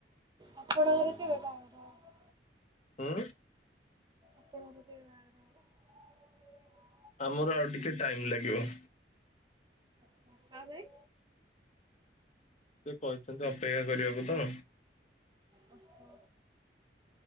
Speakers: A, on the right (about 25°); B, on the left (about 40°).
A: ଆପଣଙ୍କର କେବେ ବାହାଘର ହବ?
B: ଉଁ।
A: ଆପଣଙ୍କର କେବେ ବାହାଘର ହବ?
B: ଆମର ଆଉ ଟିକେ ଟାଇମ ଲାଗିବ।
A: କଣ ପାଇଁ?
B: ସେ କହିଛନ୍ତି ଅପେକ୍ଷା କରିବାକୁ ତ।
A: ଓ ହୋ